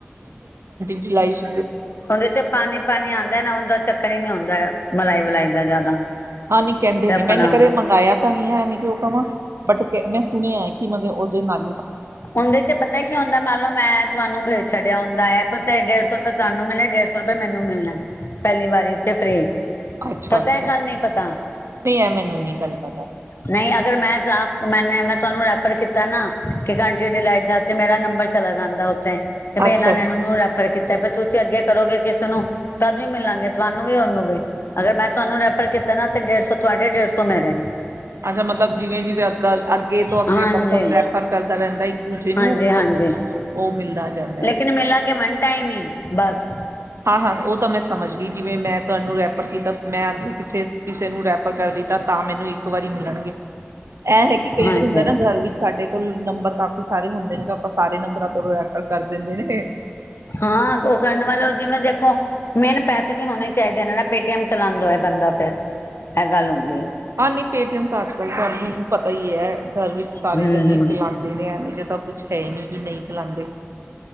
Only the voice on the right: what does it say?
ਜੁਲਾਈ ਚ
ਹਾਂ ਨੀ ਕਹਿੰਦੇ
ਨੇ, ਮੈ ਨਾ ਕਦੇ ਮੰਗਾਇਆ ਤਾਂ ਨਹੀਂ ਐਵੇਂ ਕਿਉਂ ਕਵਾਂ, ਬਟ ਮੈਂ ਸੁਣਿਆ ਕਿ ਮਤਲਬ ਉਹਦੇ ਨਾਲ
ਅੱਛਾ
ਅੱਛਾ
ਨਹੀਂ ਇਹ ਮੈਨੂੰ ਨਹੀਂ ਗੱਲ ਪਤਾ
ਅੱਛਾ
ਅੱਛਾ ਮਤਲਬ ਜਿਵੇਂ-ਜਿਵੇਂ ਅੱ ਅੱਗੇ ਤੋਂ ਅੱਗੇ
ਪਰਸਨ ਰੈਫਰ ਕਰਦਾ ਰਹਿੰਦਾ ਇੱਕ ਦੂਜੇ ਨੂੰ,
ਉਹਨੂੰ ਉਹ ਮਿਲਦਾ ਜਾਂਦਾ
ਐ।
ਹਾਂ ਹਾਂ, ਉਹ ਤਾਂ ਮੈਂ ਸਮਝ ਗਈ ਜਿਵੇਂ ਮੈਂ ਤੁਹਾਨੂੰ ਰੈਫਰ ਕੀਤਾ ਮੈਂ ਅੱਗੇ ਕਿੱਥੇ ਕਿਸੇ ਨੂੰ ਰੈਫਰ ਕਰਦੀ ਤਾਂ ਤਾਂ ਮੈਨੂੰ ਇੱਕ ਵਾਰੀ ਮਿਲਣਗੇ, ਇਹ ਹੈ ਕਿ ਕਈ
ਵਾਰ ਹੁੰਦਾ ਨਾ ਘਰ ਵਿੱਚ ਸਾਡੇ ਲ ਨੰਬਰ ਕਾਫੀ ਸਾਰੇ ਹੁੰਦੇ ਨੇ ਤੇ ਆਪਾਂ ਸਾਰੇ ਨੰਬਰਾਂ ਤੋ ਰੈਫਰ ਕਰ ਦੇਂਦੇ ਨੇ।
ਹਾਂ ਨੀ ਪੇਟੀਐਮ ਤਾਂ- ਤੁਹਾਨੂੰ ਪਤਾ ਈ ਏ। ਘਰ ਵਿੱਚ ਸਾਰੇ
ਜਾਣੇ ਚਲਾਂਦੇ
ਨੇ ਇਹ ਜਿਦਾ- ਕੁਛ ਹੈ ਨਹੀਂੀ ਕਿ ਨਹੀਂ ਚਲਾਦੇ।